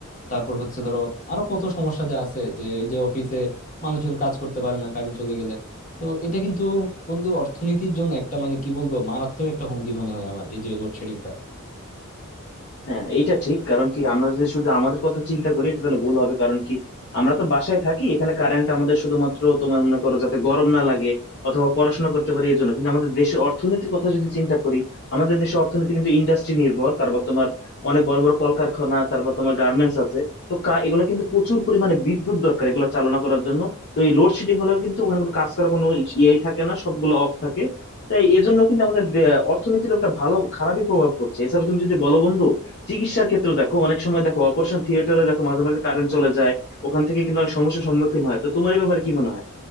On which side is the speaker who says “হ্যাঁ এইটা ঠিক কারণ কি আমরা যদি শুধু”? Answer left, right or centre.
Left